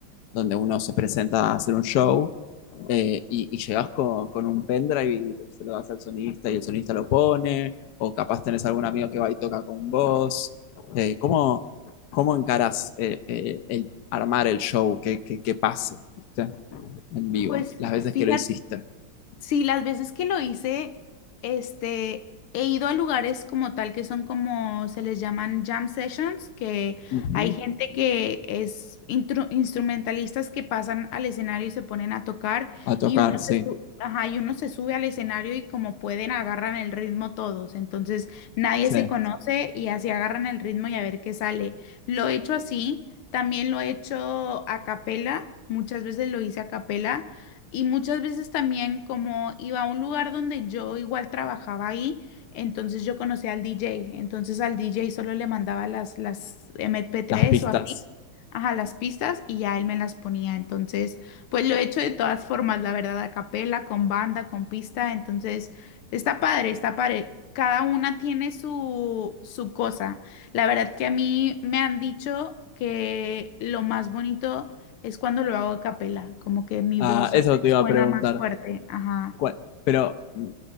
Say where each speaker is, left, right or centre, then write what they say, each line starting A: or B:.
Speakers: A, on the left (about 65°); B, on the left (about 80°).
A: donde uno se presenta a hacer un show eh, y, y llegas con, con un pendrive y se lo das al sonista y el sonista lo pone, o capaz tenés algún amigo que va y toca con vos. Eh, ¿cómo, ¿Cómo encarás eh, eh, el armar el show que, que, que pase ¿viste? en vivo?
B: Pues
A: Las veces
B: fíjate
A: que lo hiciste.
B: Sí, las veces que lo hice, este, he ido a lugares como tal que son como se les llaman jam sessions, que
A: Ujú.
B: hay gente que es intru- instrumentalistas que pasan al escenario y se ponen a tocar
A: A tocar,
B: y uno
A: sí,
B: se su- ajá, y uno se sube al escenario y como pueden agarran el ritmo todos, entonces nadie
A: sí.
B: se conoce y así agarran el ritmo y a ver qué sale. Lo he hecho así, también lo he hecho a capela, muchas veces lo hice a capela. Y muchas veces también como iba a un lugar donde yo igual trabajaba ahí, entonces yo conocía al DJ, entonces al DJ solo le mandaba las, las MP3
A: Las pistas.
B: o así, Ajá, las pistas y ya él me las ponía. Entonces, pues lo he hecho de todas formas, la verdad, a capela, con banda, con pista. Entonces, está padre, está padre. Cada una tiene su, su cosa. La verdad que a mí me han dicho que lo más bonito es cuando lo hago a capela, como que mi
A: Ah,
B: voz
A: eso te
B: resuena
A: iba a preguntar.
B: más fuerte. Ajá.
A: cuál- pero mm,